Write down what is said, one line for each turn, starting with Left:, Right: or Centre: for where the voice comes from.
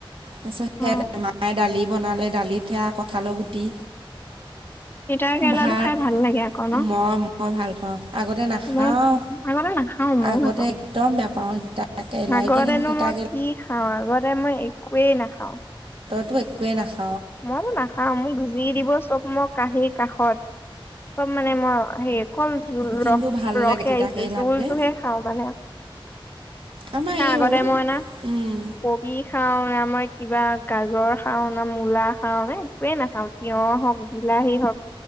Right: তাৰপিছতে
Left: অ
Right: মায়ে দালি বনালে, দালিত সেয়া কঁঠালৰ গুটি
Left: তিতা কেৰেলাটো
Right: ভাত
Left: খাই ভাল লাগে আকৌ ন।
Right: মই মই ভাল পাওঁ। আগতে নাখাওঁ,
Left: মইও খাই আগতে নাখাও মইও
Right: আগতে
Left: নাখাওঁ
Right: একদম বেয়া পাওঁ তিতা কেৰেলা
Left: আগতেনো
Right: এতিয়া কিন্তু তিতা
Left: মই কি খাওঁ, আগতে মই একোৱেই নাখাওঁ।
Right: তো একোৱেই নাখা।
Left: মইও নাখাওঁ মোক যি দিব চব। মই কাহী কাষত চব মানে মই হে। অকল জোল
Right: কিন্তু
Left: ৰস
Right: ভাল
Left: ৰসে
Right: লাগে তিতাকেৰেলা
Left: আহিছে জোলটোহে
Right: যে
Left: খাওঁ মানে।
Right: আমাৰ
Left: ন
Right: এইও
Left: আগতে মই না
Right: উম,
Left: কবি খাও মই কিবা গাজৰ খাওঁ না মূলা খাও নে একোৱে নাখাও তিয়হ হওঁক বিলাহী হওক